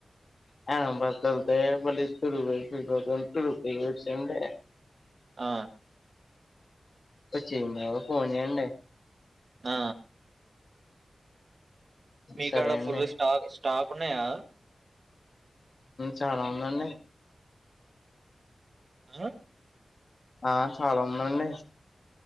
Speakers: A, on the left; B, on the right.
A: <unintelligible>
B: ఆ
A: వచ్చిందా ఫోన్ చేయండీ
B: ఆ మీ
A: సరే
B: కాడ
A: అండి
B: ఫుల్ స్టాక్ స్టాక్ ఉన్నాయా
A: చాలా ఉందండి
B: ఆ
A: ఆ చాలా ఉందండి